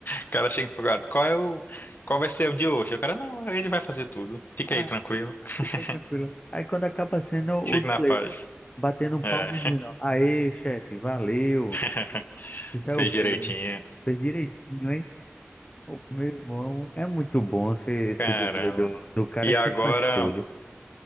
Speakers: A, on the left; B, on the left.
A: O cara chega empolgado. Qual é o, qual vai ser o de hoje? O cara, não, ele vai fazer tudo. Fica
B: Ah,
A: aí tranquilo. <laughs>
B: fica aí tranquilo. Aí quando acaba sendo o
A: Fique
B: dublê,
A: na paz.
B: batendo palma
A: É.
B: e dizendo: aê, chefe, valeu,
A: <laughs>
B: se saiu
A: Fez
B: bem.
A: direitinho.
B: Fez direitinho, hein? O meu irmão é muito bom ser esse
A: Caramba.
B: dublê do, do cara
A: E agora.
B: que faz tudo.